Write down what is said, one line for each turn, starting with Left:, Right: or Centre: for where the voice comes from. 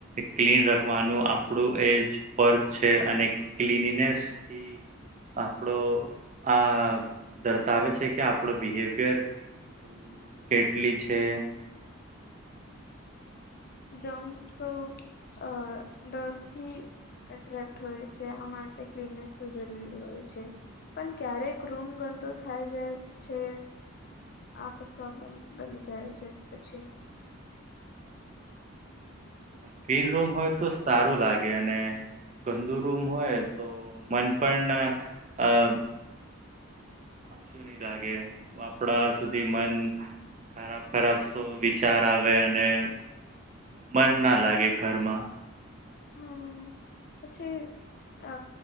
Right: ક્લીન રખવાનું આપણું એજ પરર્થ છે અને ક્લીનીનેસથી આપણો આ દર્શાવે છે કે આપણો બિહેવિયર હમ કેટલી છે
Left: જોમસ તો અ ડસથી એટ્રેક્ટ હોય છે આ માટે ક્લીનનેસ તો જરૂરી હોય છે પણ ક્યારેક રૂમ ગંદો થાય જાય છે આ તો પ્રોબ્લેમ બની જાય છે પછી
Right: ક્રીન રૂમ હોય તો સારું લાગે અને ગંદુ રૂમ હોય તો મન પણ આ આછું નહી લાગે વાપડા સુધી મન ખરાબ ખરાબ શો વિચાર આવે અને મન ના લાગે ઘરમાં
Left: હમ પછી અ